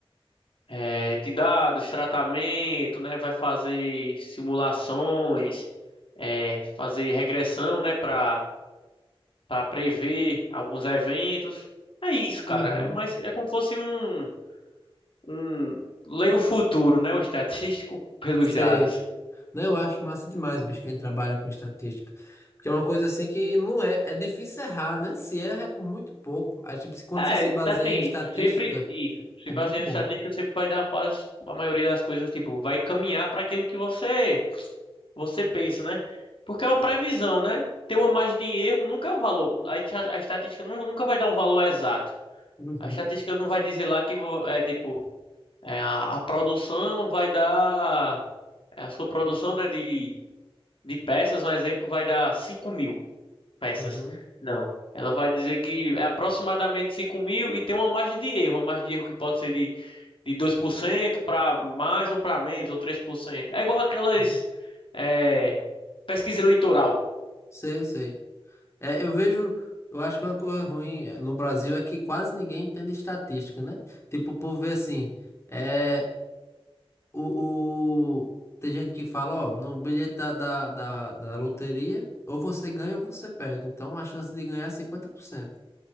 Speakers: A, on the left (about 60°); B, on the left (about 30°).
A: eh, de dados, tratamento, né? Vai fazer simulações, eh, fazer regressão, né? Para para prever alguns eventos. É isso, cara.
B: uhum.
A: É mais é como se fosse um um ler o futuro, né? O estatístico <laughs> pelos
B: Sei.
A: dados.
B: Não, eu acho massa demais, bicho, quem trabalha com estatística. Porque é uma coisa assim que não é. É difícil errar, né? Se erra é por muito pouco. Aí, tipo, se- quando
A: É,
B: você se baseia
A: tá assim,
B: em estatística,
A: sempre isso. Se
B: é
A: baseando
B: muito bom.
A: em estatística, sempre vai dar quase a maioria das coisas, tipo, vai encaminhar para aquilo que você Você pensa, né? Porque é uma previsão, né? Ter uma margem de erro nunca é um valor. A, a estatística nu- nunca vai dar um valor exato.
B: Uhum,
A: A estatística não vai dizer lá que é tipo é, a, a produção vai dar é, a sua produção, né, de, de peças, um exemplo, vai dar cinco mil peças.
B: uhum,
A: Não. Ela vai dizer que é aproximadamente cinco mil e tem uma margem de erro. Uma margem de erro que pode ser de, de 2% para mais ou para menos, ou 3%. É igual aquelas
B: uhum.
A: é, pesquisa eleitoral.
B: Sei, sei. É, eu vejo. Eu acho que é uma coisa ruim eh, no Brasil é que quase ninguém entende estatística, né? Tipo, o povo vê assim. é, O, o- Tem gente que fala, ó, no bilhete da, da, da, da loteria, ou você ganha ou você perde. Então a chance de ganhar é 50%.